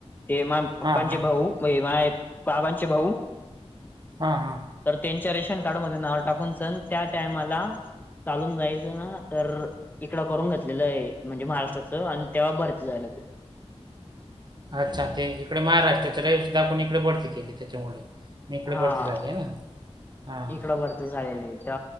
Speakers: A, on the left; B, on the right.
A: म्हणजे माझ्या
B: हां,
A: पप्पांचे
B: हां.
A: भाऊ माझ्या बाबांचे भाऊ.
B: हा हा.
A: तर त्यांच्या रेशन कार्ड मध्ये नाव टाकून सल त्या टायमाला चालून जायचं ना तर इकडं करून घेतलेलं आहे म्हणजे महाराष्ट्राचं आणि तेव्हा भरती झालेत.
B: अच्छा ते इकडे महाराष्ट्राच्या रहिवस दाखवून इकडे भरती केली त्याच्यामुळे. इकडे
A: हा
B: भरती झाली आहे ना हां.
A: इकडं भरती झालेली तर